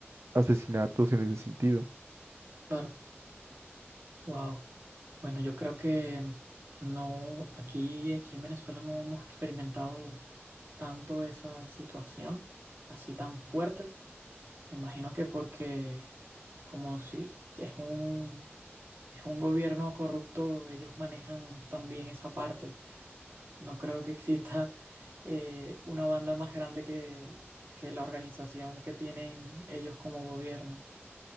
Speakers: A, on the right; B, on the right.
A: asesinatos en ese sentido.
B: Claro, wow. Bueno, yo creo que no, aquí, aquí en Venezuela no hemos experimentado tanto esa situación así tan fuerte. Me imagino que porque como si es un, es un gobierno corrupto, ellos manejan también esa parte. No creo que exista eh, una banda más grande que, que la organización que tienen ellos como gobierno.